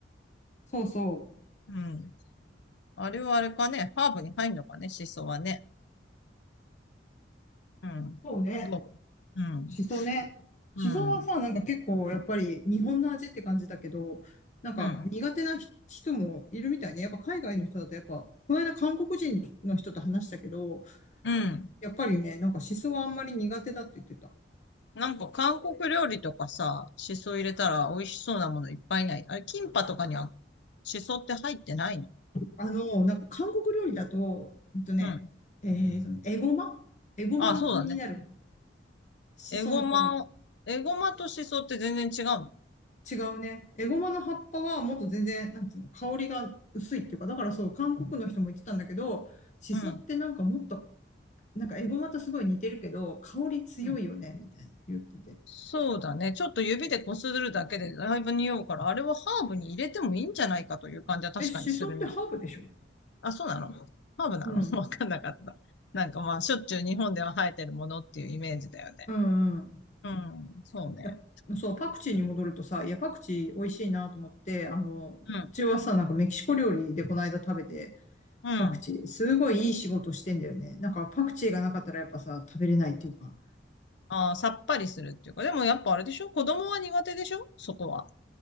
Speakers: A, on the left; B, on the left.
A: そうそ
B: うん。あれはあれかね。ハーブに入んのかね、シソはね。うん。
A: う。そうね。
B: どううん。
A: しそね。
B: うん。
A: しそはさ、なんか結構やっぱり日本の味って感じだけど、なんか苦手なひ人もいるみたいね。
B: うん。
A: やっぱ海外の人だとやっぱ、この間韓国人の人と話したけど、
B: うん。
A: やっぱりね、なんかしそはあんまり苦手だって言ってた。
B: なんか韓国料理とかさ、シソ入れたら美味しそうなものいっぱいない。あれ、キンパとかにはシソって入ってないの
A: あの、なんか韓国料理だと、えっとね、
B: うん。
A: えーとね、エゴマエゴマになる。
B: あ、そうだね。
A: しその代わり。
B: エゴマ、エゴマとシソって全然違うの
A: 違うね。エゴマの葉っぱはもっと全然、なんつうの、香りが薄いっていうか、だからそう、韓国の人も言ってたんだけど、しそってなんかもっと
B: うん。
A: なんかエゴマとすごい似てるけど、香り強いよね、
B: うん
A: みたいな言ってて。
B: そうだね。ちょっと指でこするだけでだいぶ匂うから、あれはハーブに入れてもいいんじゃないかという感じは確かにするね。
A: え、シソってハーブでしょ
B: あ、そうなのハーブなの
A: うん。
B: <laughs> わかんなかった。なんかまあ、しょっちゅう日本では生えてるものっていうイメージだよね。
A: うんうん。
B: うん、そうね。
A: いや、そう、パクチーに戻るとさ、いや、パクチー美味しいなと思って、あの、
B: うん、
A: うちはさ、なんかメキシコ料理でこの間食べて、
B: うん。
A: パクチー、すごいいい仕事してんだよね。なんかパクチーがなかったらやっぱさ、食べれないっていうか、
B: あー、さっぱりするっていうか、でもやっぱあれでしょ子供は苦手でしょそこは。